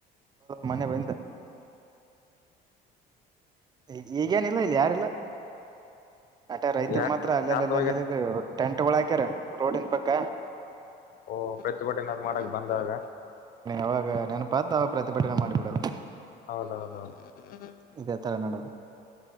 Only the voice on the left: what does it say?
ಯಾಕ
ಶಾಂತವಾಗಿ
ಓ ಪ್ರತಿಭಟನೆ ಮಾಡಕ್ ಬಂದಾಗ
ಹೌದೌದೌದು